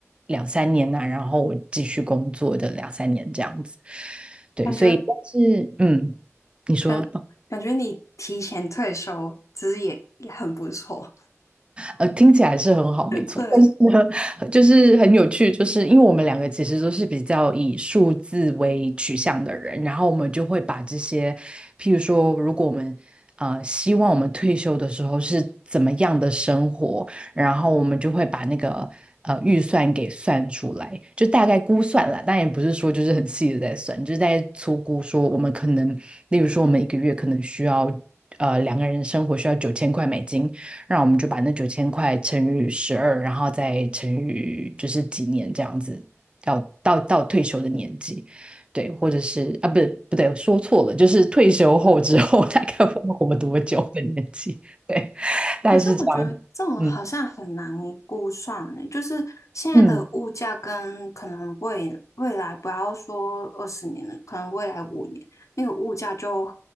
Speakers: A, on the right; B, on the left.
A: 两三年呐、然后我继续工作的两三年这样子。对，
B: 感觉
A: 所以但是嗯，你说。
B: 感感觉你提前退休其实也也很不错。
A: 呃，听起来是很好，没错。
B: <laughs> 对，
A: <laughs> 但是呢，就是很有趣，就是因为我们两个其实都是比较以数字为取向的人，然后我们就会把这些，譬如说，如果我们呃希望我们退休的时候是怎么样的生活，然后我们就会把那个呃预算给算出来，就大概估算了，但也不是说就是很细的在算，就是在粗估说我们可能，例如说我们一个月可能需要呃两个人生活需要九千块美金，让我们就把那九千块乘以十二，然后再乘以就是几年这样子，到到到退休的年纪，对，或者是啊，不不对，说错了，就是退休后之后 <laughs> 大概会活多久的年纪，<laughs> 对，大概是这样，
B: 可是我觉得这种好像很难估算呢，
A: 嗯
B: 就是现在的物价跟可能未未来不要说二十年了，
A: 嗯，
B: 可能未来五年那个物价就